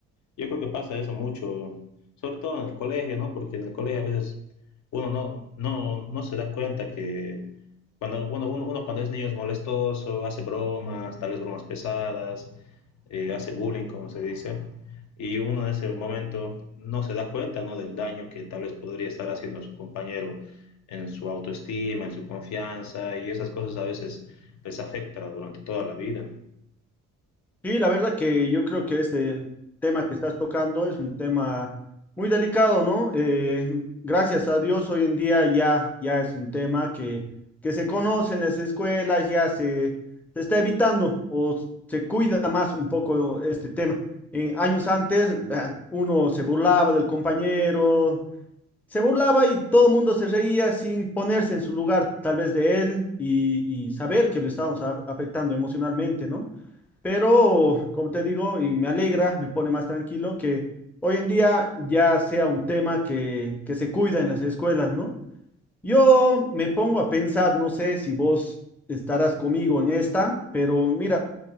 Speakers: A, on the left (about 70°); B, in the centre.
A: yo creo que pasa eso mucho, sobre todo en el colegio, ¿no? Porque en el colegio a veces uno no, no, no se da cuenta que cuando bueno, uno, uno cuando es niño es molestoso, hace bromas, tal vez bromas pesadas, eh, hace bullying, como se dice, y uno en ese momento no se da cuenta, ¿no? Del daño que tal vez podría estar haciendo a su compañero en su autoestima, en su confianza, y esas cosas a veces les afecta durante toda la vida.
B: Sí, la verdad que yo creo que este tema que estás tocando es un tema muy delicado, ¿no? Eh, gracias a Dios hoy en día ya, ya es un tema que, que se conoce en las escuelas, ya se, se está evitando o se cuida más un poco este tema. En años antes ah, uno se burlaba del compañero, se burlaba y todo el mundo se reía sin ponerse en su lugar tal vez de él y, y saber que lo estábamos a- afectando emocionalmente, ¿no? Pero, como te digo, y me alegra, me pone más tranquilo que hoy en día ya sea un tema que, que se cuida en las escuelas, ¿no? Yo me pongo a pensar, no sé si vos estarás conmigo en esta, pero mira,